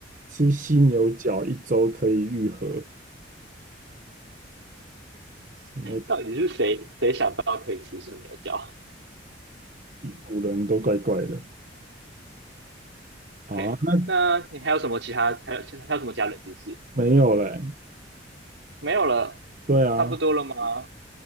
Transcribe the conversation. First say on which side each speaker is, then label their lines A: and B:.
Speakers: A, on the right; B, on the right.
A: 吃犀牛角一周可以愈合。我
B: 到底是谁谁想到可以吃生牛角嗯
A: 古人都怪怪的。好啊，
B: ？OK，
A: 那
B: 那你还有什么其他还有还有什么其他冷知识？
A: 没有嘞。
B: 没有了，
A: 对啊，
B: 差不多了吗？